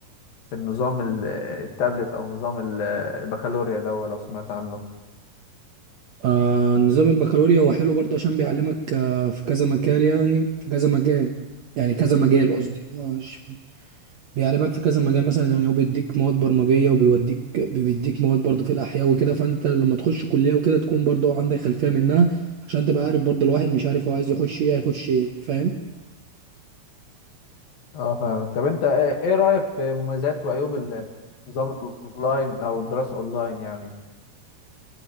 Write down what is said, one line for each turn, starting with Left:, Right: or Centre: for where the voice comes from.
Left: في النظام ال- التابلت او نظام ال- البكالوريا ده لو سمعت عنه
Right: آه، نظام البكالوريا هو حلو برضه عشان بيعلمك آه، في كذا مجال يعني في كذا مجال يعني كذا مجال قصدي مش بيعلمك في كذا مجال مثلا يعني هو بيديك مواد برمجية وبيوديك بيديك مواد برضه في الأحياء وكده فأنت لما تخش كلية وكده تكون برضه عندك خلفية منها عشان تبقى عارف برضه الواحد مش عارف هو عايز يخش إيه هيخش إيه فاهم
Left: اه فاهمك طب انت ايه إيه رأيك في مميزات وعيوب النظام الاونلاين او الدراسة اونلاين يعني